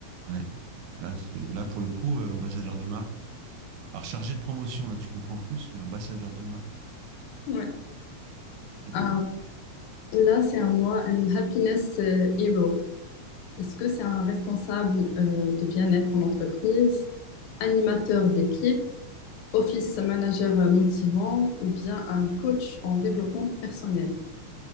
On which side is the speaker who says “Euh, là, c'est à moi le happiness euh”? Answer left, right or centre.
Left